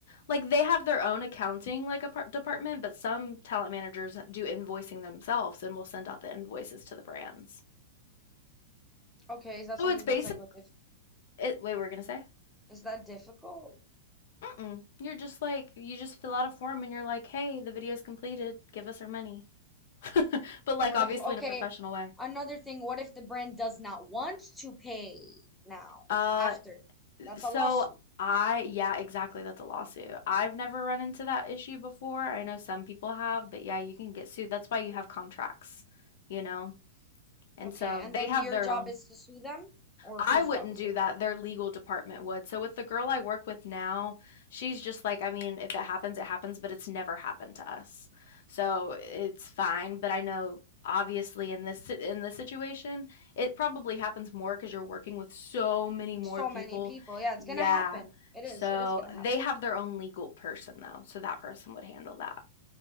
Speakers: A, on the left (about 60°); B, in the centre.
A: like they have their own accounting like a par- department, but some talent managers do invoicing themselves and will send out the invoices to the brands.
B: Okay, is that
A: So
B: something
A: it's basic.
B: that's like a diff
A: It, wait, we're gonna say?
B: is that difficult?
A: Mm-mm. You're just like you just fill out a form and you're like, hey, the video's completed. Give us our money, <laughs> but like
B: What
A: obviously
B: if, okay,
A: in a professional way.
B: another thing, what if the brand does not want to pay now
A: Uh,
B: after? That's
A: so
B: a lawsuit.
A: I yeah, exactly. That's a lawsuit. I've never run into that issue before. I know some people have, but yeah, you can get sued. That's why you have contracts, you know. And
B: Okay,
A: so
B: and then
A: they have
B: your
A: their
B: job
A: own
B: is to sue them? Or
A: I
B: whose
A: wouldn't
B: job is
A: do
B: it?
A: that. Their legal department would. So with the girl I work with now, she's just like, I mean, if it happens, it happens, but it's never happened to us. So it's fine, but I know obviously in this in this situation, it probably happens more cuz you're working with so many more
B: So
A: people.
B: many people. Yeah, it's
A: Yeah.
B: gonna happen. It
A: So
B: is. It is gonna happen.
A: they have their own legal person though. So that person would handle that.